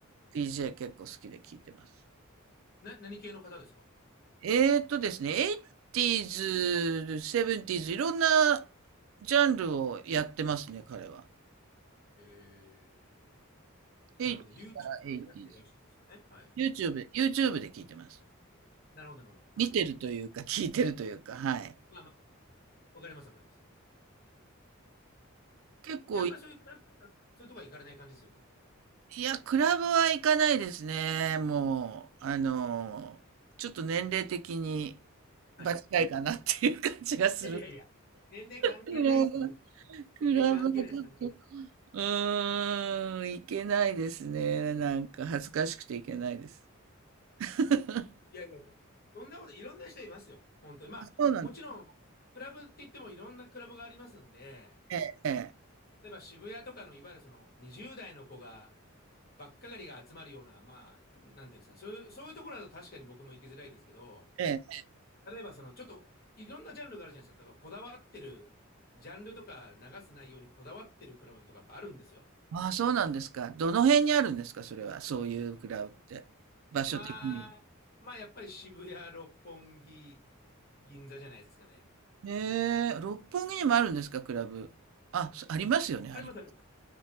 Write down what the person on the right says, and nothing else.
DJ 結構好きで聞いてます。
えーっとですね、エイティーズ、セブンティーズ、いろんなジャンルをやってますね、彼は。
エイタ
ー、
エイティ
ーズ。YouTube で、YouTube で聞いてます。
見てるというか、
聞いてるというか、はい。
結構、
い
や、クラブは行かないですね。もう、あの、ちょっと年齢的に
場違いかなっていう感じがする。
クラブ、
クラブはちょっと、
うーん、行けないですね。なんか恥ずかしくて行けないです。<laughs>
そうなんです。
ええ、ええ、
ええ。
ああ、そうなんですか。どの辺にあるんですか、それは。そういうクラブって。場所的に。
へえ、六本木にもあるんですか、クラブ。あ、そありますよね、あり。